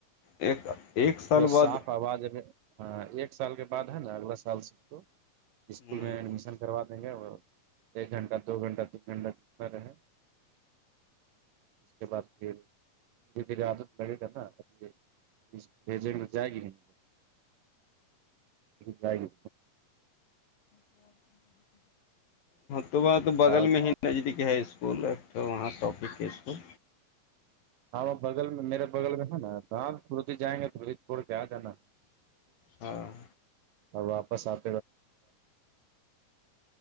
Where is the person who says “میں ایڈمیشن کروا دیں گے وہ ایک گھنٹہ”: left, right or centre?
Right